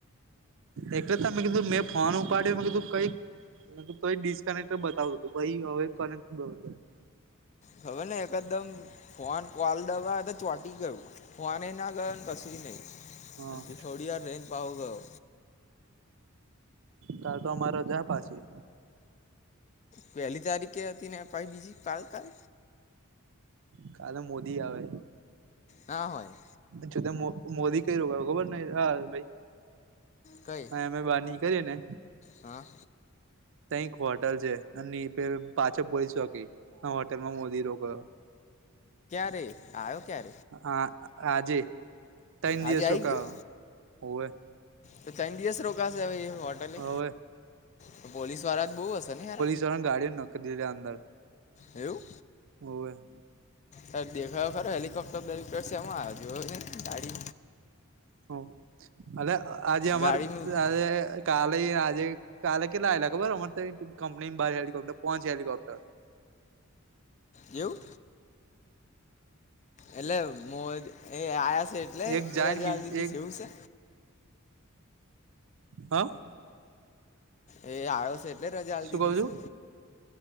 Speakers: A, on the right (about 65°); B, on the left (about 35°).
A: એટલે ત મે કીધું મેં ફોન ઉપાડ્યો મેં કીધું કઈક મે કહ્યું તો એ ડિસકનેક્ટર બતાવ તો હતું પહી હવે કનેક્ટ <unintelligible>
B: હવે ને એકદમ ફોન કોલ દબાવે તો ચોટી ગયું ફોન એ ના ગયો કશું નહી
A: હા
B: <unintelligible> ર્રેન પાહો ગયો
A: કાલ તો અમારા રજા પાછી
B: પેલી તારીખે હતી ને <unintelligible> પાલ કાલ
A: કાલે મોદી આવે
B: ના હોય
A: જો મોદી કઈ રોકયો ખબર ન હા ભાઈ
B: કઈ
A: અમે બાની નીકળી એ ને
B: હા
A: તય એક હોટલ છે અને એ પેલ પાછળ પોલિસ ચોકી એ હોટેલમાં મોદી રોકાયો
B: તે આયો ક્યારે
A: હા આજે તન
B: આજે
A: દિવસ
B: આવી
A: રોકાવાનો
B: ગયો
A: હોવે
B: તો તણ દિવસ રોકાશે હવે એ હોટેલે
A: હવે
B: તો પોલીસ વાળા તો બોહ હશે ને યાર
A: ઘાણ ને ગાડીઓ મા નકકી દીધા અંદર
B: એવું
A: હોવે.
B: તા દેખાયો ખરો હેલિકોપ્ટર દેરેક્ટર સેમાં આયો જોયો કે ગાડી
A: હ અ અને આજે અમાર
B: ગાડીમાં
A: તાને કાલે આજે કાલે કેટલા આયેલા ખબર અમારે ત્ય કંપની માં બહાર હેલિકોપ્ટર પોચ હેલિકોપ્ટર
B: એવું એટલે મો એ આયા છે એટલે
A: એક જાય
B: રજા
A: ને બી
B: લીધી
A: એક
B: છે એવું છે.
A: હા.
B: એ આયો છે એટલે રજા
A: શું
B: લીધી
A: કઉ
B: છે.
A: છું